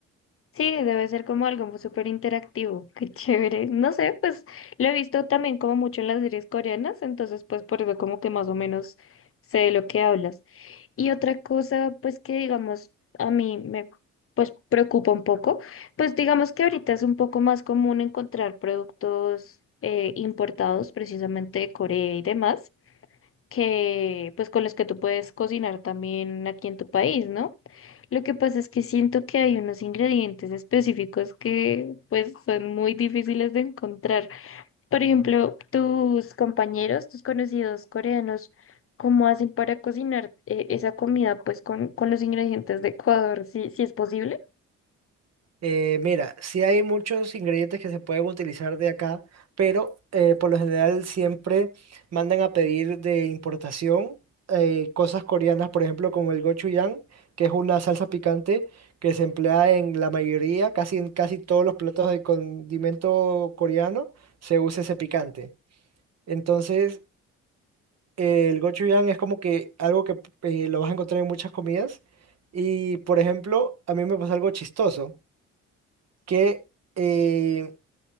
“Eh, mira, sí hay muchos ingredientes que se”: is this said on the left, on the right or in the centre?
Right